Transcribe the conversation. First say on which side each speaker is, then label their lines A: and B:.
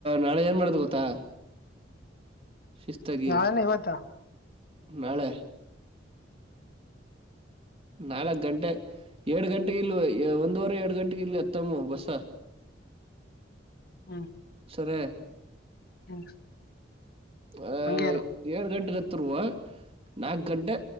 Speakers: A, on the right; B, on the left.
A: ನಾಳೆ ಏನ್ ಮಾಡ್ದ ಗೊತ್ತಾ. ಶಿಸ್ತಾಗಿ
B: ನಾಳೆನಾ ಇವತ್ತ್
A: ನಾಳೆ ನಾಲ್ಕ ಗಂಟೆ ಏಡ ಗಂಟೆೆಗೆ ಇಲ್ ಒಂದುವರೆ ಎರಡು ಗಂಟೆೆಗೆ ಇಲ್ಲಿ ಎತ್ತಮ್ಮ ಬಸ್ಸ
B: <inaudible>
A: ಸರಿ <inaudible>
B: ಹ್ಮ್
A: ಅಯ
B: ಹಂಗೇ ಇರು
A: ಏಳು ಗಂಟೆಗ ಹತ್ತಿರುವ ನಾಲ್ಕು ಗಂಟೆ